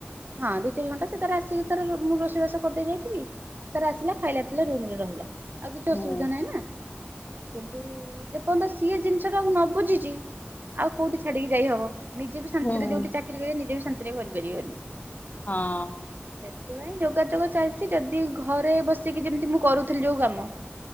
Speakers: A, on the right (about 50°); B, on the left (about 40°).
A: ହଁ ଦି ଚାରି ଘଣ୍ଟା ସେ ତାର ଆସିକି ତାର ରୁମ ମୁଁ ରୋଷେଇବାସ କରିଦେଇ ଯାଇଥିବି। ତାର ଆସିଲା ଖାଇଲା ପିଇଲା ରୁମରେ ରହିଲା। ଆଉ କିଛି
B: ହୁଁ।
A: ଅସୁବିଧା ନାହିଁ ନା। କିନ୍ତୁ-ଉ-ଉ-ଉ ଯେପର୍ଯ୍ୟନ୍ତ ସିଏ ଜିନିଷ ଟାକୁ ନ ବୁଝିଚି ଆଉ କୋଉଠି ଛାଡିକି ଯାଇହବ। ନିଜେ ବି ଶାନ୍ତିରେ
B: ହଁ ହଁ
A: ଯୋଉଠି ଚାକିରିି କରିବ ନିଜେ ବି ଶାନ୍ତିରେ କରିପାରିବନି।
B: ହଁ-ଅ-ଅ-ଅ
A: ସେଥିପାଇଁ ଯୋଗାଯୋଗ ଚାଲିଛି ଯଦି ଘରେ ବସିକି ଯେମିତି ମୁଁ କରୁଥିଲି ଯୋଉ କାମ